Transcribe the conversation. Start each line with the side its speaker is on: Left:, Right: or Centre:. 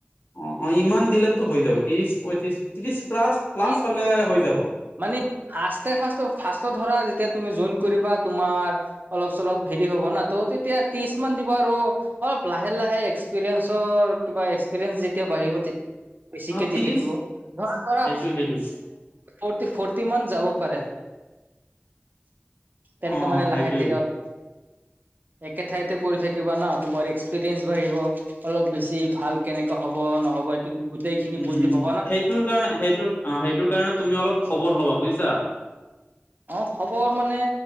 Left: অ অ ইমান দিলেতো হৈ যাব ত্ৰিশ পঁয়ত্ৰিশ ত্ৰিশ প্লাছ প্লাছ
Right: ই
Left: হলে হৈ যাব
Right: মানে ফাষ্টে ফাষ্ট ফাষ্টত ধৰা যেতিয়া তুমি জইন কৰিবা তোমাৰ অলপ চলপ হেৰি হ'ব ন তো তেতিয়া ত্ৰিশ মান দিব আৰু অলপ লাহে লাহে এক্সপিৰিয়েঞ্চৰ কিবা এক্সপিৰিয়েঞ্চ যেতিয়া বাঢ়িব তেতিয়া বেছিকে
Left: অ
Right: দি
Left: ত্ৰিশ
Right: থাকিব ধৰা ধৰা
Left: সেইটো সেইটো
Right: ফৰটি ফৰটি মান যাব পাৰে তেনেকে
Left: অ
Right: মানে
Left: সেইটোৱেই
Right: লাহে ধীৰে
Left: <inaudible>
Right: একে ঠাইতে কৰি থাকিবা ন তোমাৰ এক্সপিৰিয়েঞ্চ বাঢ়িব অলপ বেছি ভাল কেনেকা হব নহ'ব এইটো গোটেই খিনি
Left: উম
Right: বুজি পাবা না
Left: সেইটোৰ কাৰণে সেইটোৰ অ সেইটোৰ কাৰণে তুমি অলপ খবৰ ল'বা বুইছা
Right: অ খবৰ মানে